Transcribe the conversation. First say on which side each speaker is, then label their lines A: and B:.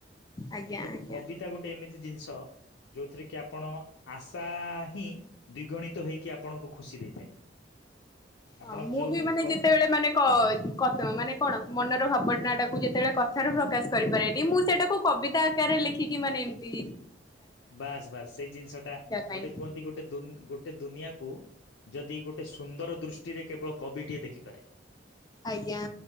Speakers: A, on the left; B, on the left.
A: ଆଜ୍ଞା
B: କିନ୍ତୁ
A: ଆଜ୍ଞା।
B: କବିତା ଗୋଟେ ଏମିତି ଜିନିଷ ଯୋଉଥିରେ କି ଆପଣ ଆଶା ହିଁ ଦ୍ୱିଗଣିତ ହେଇକି ଆପଣଙ୍କୁ ଖୁସି ଦେଇଥାଏ। ଆପଣ
A: ହଁ ମୁଁ
B: ଯୋଉ
A: ବି ମାନେ
B: କ
A: ଯେତେବେଳେ ମାନେ କ
B: ହୁଁ,
A: ମାନେ କଣ ମନର ଭାବନାଟାକୁ ଯେତେବେଳେ କଥାରୁ ପ୍ରକାଶ କରିପାରେନି ମୁଁ ସେଇଟାକୁ କବିତା ରେ ଲେଖିକି ମାନେ ଏମତି
B: ବାସ୍ ବାସ୍ ସେଇ ଜିନିଷ ଟା
A: ପାଇଁ।
B: ଗୋଟେ କୁହନ୍ତି ଗୋଟେ ଦୋନ୍ ଗୋ ଗୋଟେ ଦୁନିଆକୁ ଯଦି ଗୋଟେ ସୁନ୍ଦର ଦୃଷ୍ଟିରେ କେବଳ କବିଟିଏ ଦେଖିପାରେ।
A: ଆଜ୍ଞା।